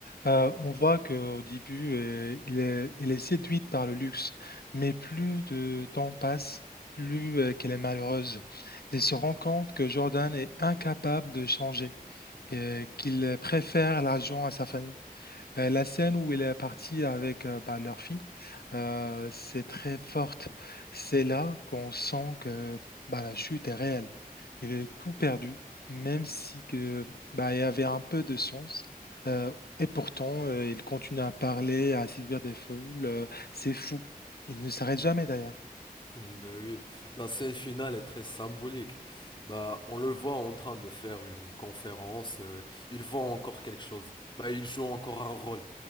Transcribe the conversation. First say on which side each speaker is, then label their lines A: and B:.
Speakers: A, on the left; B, on the left.
A: euh, on voit qu'au début, euh, il est, il est séduite par le luxe, mais plus de temps passe, plus euh, qu'elle est malheureuse. Elle se rend compte que Jordan est incapable de changer, et qu'il préfère l'argent à sa famille. Euh, la scène où elle est partie avec euh, bah, leur fille, euh, c'est très forte. C'est là qu'on sent que bah, la chute est réelle. Il est tout perdu, même si que, bah, il avait un peu de sens. Euh, et pourtant, euh, il continue à parler, à séduire des foules. euh, c'est fou. Il ne s'arrête jamais d'ailleurs.
B: Ben oui, la scène finale est très symbolique. Bah, on le voit en train de faire une conférence. euh, il vend encore quelque chose. Bah, il joue encore un rôle.